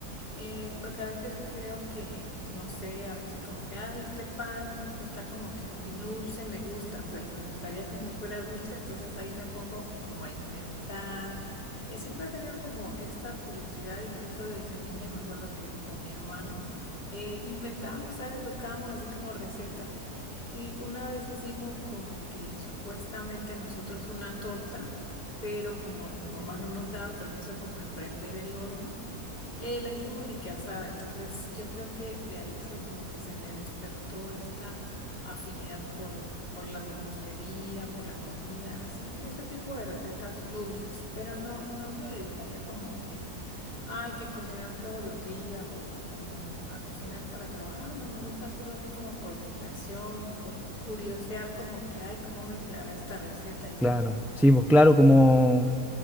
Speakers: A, on the left; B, in the centre.
A: eh, porque a veces creo que, no sé, a veces como que, ay, este pan está como que muy dulce, me gusta, pero me gustaría que no fuera dulce, entonces ahí me pongo como a inventar. Eh, siempre he tenido como esta curiosidad, incluso desde niña me acuerdo que con mi hermano eh, inventábamos, ¿sabes? Buscábamos así como receta y una vez hicimos como que supuestamente nosotros una torta, pero como mi mamá no nos daba permiso como de prender el horno, eh, la hicimos y que asada, entonces yo creo que de ahí so- como que se me despertó esta afinidad por, por la repostería, por la comida, así, ese tipo de recetas dulces, pero no, no me dedicaría como que hay que cocinar todos los días o como a cocinar para trabajar, no, me gusta hacerlo así como por distracción o por curiosear como que, ay, cómo me quedará esta receta y ya.
B: Claro, sí, pues claro, como...